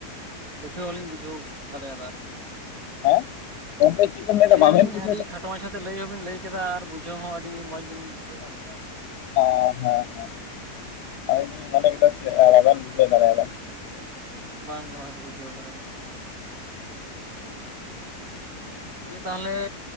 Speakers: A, on the right; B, on the left.
A: ᱵᱩᱡᱷᱟᱹᱣ ᱦᱚᱞᱤᱧ ᱵᱩᱡᱷᱟᱹᱣ ᱫᱟᱲᱮᱭᱟᱫᱟ ᱟᱨᱠᱤ᱾
B: ᱦᱮᱸ ᱜᱚᱝᱠᱮ ᱪᱮᱫ ᱵᱮᱱ ᱞᱟᱹᱭᱫᱟ
A: ᱞᱟᱹᱭ
B: ᱵᱟᱵᱮᱱ
A: ᱫᱟᱞᱤᱧ,
B: ᱵᱩᱡᱷᱟᱹᱣᱫᱟ
A: ᱟᱹᱰᱤ ᱠᱷᱟᱴᱚ ᱠᱷᱟᱴᱚ ᱢᱟᱪᱷᱟ ᱛᱮ ᱞᱟᱹᱭ ᱦᱚᱸᱵᱤᱱ ᱞᱟᱹᱭ ᱠᱮᱫᱟ, ᱟᱨ ᱵᱩᱡᱷᱟᱹᱣ ᱦᱚᱸ ᱟᱹᱰᱤ ᱢᱚᱸᱡᱽ ᱜᱮᱧ ᱵᱩᱡᱷᱣ ᱧᱟᱢ ᱠᱮᱫᱟ᱾
B: ᱚ ᱦᱮᱸ ᱦᱮᱸ ᱾ᱟᱞᱤᱧ ᱫᱩᱞᱤ ᱢᱚᱱᱮ ᱠᱮᱫᱟ ᱥᱮ, ᱟᱵᱮᱱ ᱵᱩᱡᱷᱟᱹᱣ ᱫᱟᱲᱮᱭᱟᱫᱟ᱾
A: ᱵᱟᱝ ᱜᱮ ᱵᱟᱝ, ᱵᱩᱡᱷᱟᱹᱣ ᱟᱠᱟᱫ ᱞᱤᱧ᱾ ᱫᱤᱭᱮ ᱛᱟᱦᱚᱞᱮ,